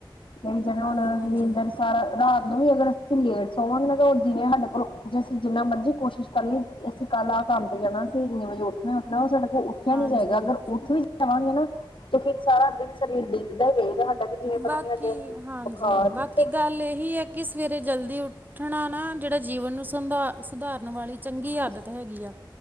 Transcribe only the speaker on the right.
ਹਾਂਜੀ
ਹਾਂਜੀ
ਹਾਂਜੀ
ਬਾਕੀ
ਹਾਂਜੀ
ਬਾਕੀ
ਗੱਲ ਇਹੀ ਹੈ ਕਿ ਸਵੇਰੇ ਜਲਦੀ ਉੱਠਣਾ ਨਾ ਜਿਹੜਾ ਜੀਵਨ ਨੂੰ ਸੁਧਾਰ ਸੁਧਾਰਨ ਵਾਲੀ ਚੰਗੀ
ਆਦਤ ਹੈਗੀ ਆ